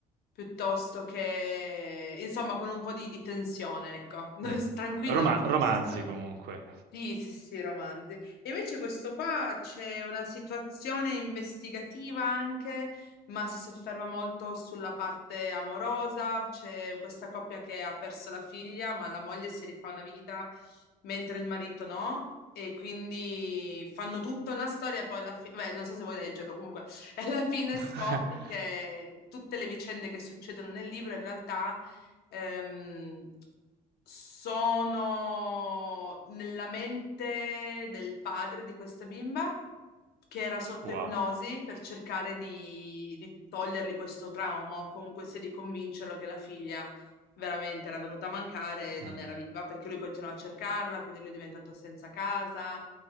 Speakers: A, on the left (about 70°); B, on the right (about 70°).
A: piuttosto che, insomma, con un po' di, di tensione, ecco. <laughs>
B: mh.
A: Tranquilla
B: Roma
A: non ci
B: romanzi
A: posso stare
B: comunque.
A: mai. Sì, sì, sì, sì, romanzi. E invece questo qua c'è una situazione investigativa anche, ma si sofferma molto sulla parte amorosa. C'è questa coppia che ha perso la figlia, ma la moglie si rifà una vita, mentre il marito no. E quindi fanno tutta una storia, poi alla fine, beh, non so se vuoi leggerlo, comunque, <laughs> e alla fine
B: <laughs>
A: scopri che tutte le vicende che succedono nel libro in realtà ehm, sono nella mente del padre di questa bimba che era sotto
B: Wow.
A: ipnosi per cercare di, di togliergli questo trauma o comunque sia di convincerlo che la figlia veramente era venuta a mancare e
B: Mh.
A: non era viva perché lui continuava a cercarla, quindi lui è diventato senza casa.